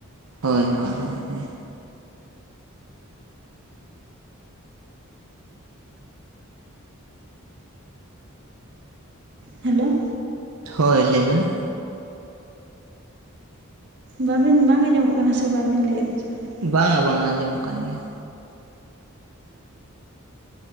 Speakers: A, on the right; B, on the right.
A: ᱦᱳᱭ ᱦᱳᱭ ᱦᱳᱭ ᱦᱳᱭ
B: ᱦᱮᱞᱳ
A: ᱦᱳᱭ ᱞᱟᱹᱭᱵᱮᱱ
B: ᱵᱟᱵᱤᱱ ᱵᱟᱝ ᱟᱸᱡᱚᱢᱚᱜ ᱠᱟᱱᱟ ᱥᱮ ᱵᱟᱵᱤᱱ ᱞᱟᱹᱭᱮᱫ ᱫᱚ ᱪᱮᱫ ᱦᱚᱸ
A: ᱵᱟᱝ-ᱟ ᱵᱟᱝ-ᱟ ᱟᱸᱡᱚᱢᱚᱜ ᱠᱟᱱ ᱜᱮᱭᱟ᱾